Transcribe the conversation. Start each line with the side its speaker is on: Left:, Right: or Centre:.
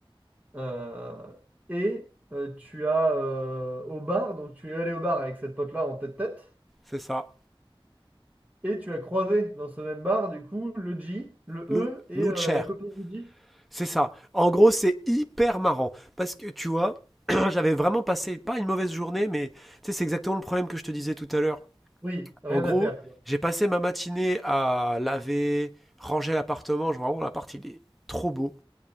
Right: Euh, et euh, tu as euh, au bar, donc tu es allé au bar avec cette pote-là en tête-tête,
Centre: C'est ça.
Right: et tu as croisé dans ce même bar, du coup, le J, le
Centre: Lou,
Right: E et
Centre: Lou
Right: euh,
Centre: Cher.
Right: la copine du J.
Centre: C'est ça. En gros, c'est hyper marrant. Parce que tu vois, <clears throat> j'avais vraiment passé, pas une mauvaise journée, mais tu sais, c'est exactement le problème que je te disais tout à l'heure.
Right: Oui, rien
Centre: En gros,
Right: à faire. quoi.
Centre: j'ai passé ma matinée à laver, ranger l'appartement. Je- Vraiment, l'appart, il est trop beau.